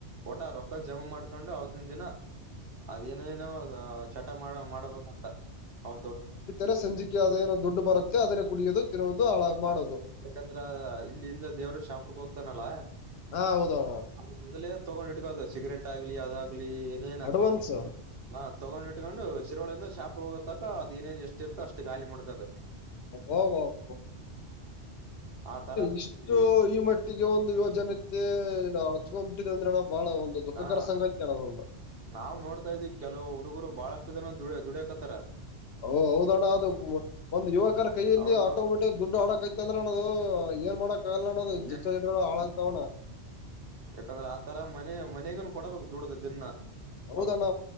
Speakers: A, on the right; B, on the left.
A: ಓಟ ರೊಕ್ಕದ ಜಮಾ ಮಾಡ್ಕೊಂಡು ಅವತ್ತಿನ ದಿನ <unintelligible> ಅದೇನ ಏನೋ ಚಟ ಮಾಡ ಮಾಡಬೇಕಂತ ಅವತ್ತು <unintelligible>
B: ರೆ ಸಂಜಿಕೆ ಅದೇನೋ ದುಡ್ಡು ಬರುತ್ತೆ ಅದೇ ಕುಡಿಯೋದು ತಿನೋಧು ಮಾಡೋದು
A: ಯಾಕಂದ್ರ ಇಲ್ಲಿಂದ ದೇವ್ರು ಶಾಪುರು ಹೋಗ್ತಾನಲ್ಲ
B: ಹಾ ಹೌದಣ್ಣ
A: <unintelligible> ಅ ಮೊದಲೇ ತೊಗೊಂಡ್ ಇಟ್ಕೋದು ಸಿಗರೆೇಟ್ ಆಗ್ಲಿ ಅದಾಗ್ಲಿ ಏನೇನ
B: ಅಡ್ವಾನ್ಸ್
A: ಹಾ ತೊಗೊಂಡ್ ಇಟ್ಕೊಂಡು ಶಿರಳಿಂದ ಶಾಪ್ರ ಹೋಗೋತಕ ಅದ ಏನೇನ್ ಎಷ್ಟ ಇರ್ತ ಅಷ್ಟ ಗಾಲಿ ಮುಡ್ಕದ <unintelligible>
B: ಅಬಾಬಾಬ
A: ಆ ತರ
B: ಇಷ್ಟು
A: ಇಲ್ಲಿ
B: ಈ ಮಟ್ಟಿಗೆ ಒಂದು ಯುವಜನತೆ ಅತ್ಕೊಂಡ್ಬಿಟ್ಟಿದೆ ಅಂದ್ರೆ ನ ಬಹಳ ಒಂದು <unintelligible> ದುಃಖಕರಸಂಂಗಚ್ಚ
A: ಹಾ
B: ಅಳಗೆ
A: ನಾವ್ ನೋಡ್ತಾ ಇದ್ದವಿ ಕೆಲವು ಹುಡುಗರು ಬಾಳಷ್ಟು ಜನ ದುಡ ದುಡಿಯಕತ್ತಾರ
B: ಓ ಹೌದಣ್ಣ ಅದು ಒಂದು್ ಯುವಕರ ಕೈಯಲ್ಲಿ
A: ಹೌದೌದು
B: ಆಟೋಮೆಟಿ <unintelligible> ದುಡ್ಡು ಹಡಕ್ಕಐತ ಅಂದ್ರ ನ ಅದು ಏ ಮಾಡಕಕ್ ಆಲ್ಲ ನ ಅದು
A: ಏನ್
B: ದಿ್ ಜಗಳು ಹಾಳಾಗತಾವಣ
A: ಯಾಕಂದ್ರೆ ಆತರ ಮನೆ ಮನೆಗೂ ಕೊಡಬೇಕು ದದುಡದ ದಿನ
B: ಹೌದಣ್ಣ
A: ಹೌದ್